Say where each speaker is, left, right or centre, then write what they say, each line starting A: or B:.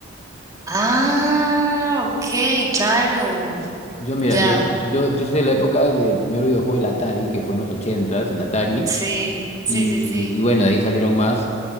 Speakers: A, on the right; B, on the left.
A: Ah, ok, claro.
B: Yo mira,
A: Ya.
B: yo, yo, yo soy de la época del primer videojuego, el Atari, que fue en los ochentas, el Atari.
A: Sí, sí,
B: Y,
A: sí, sí.
B: y bueno, de ahí salieron más.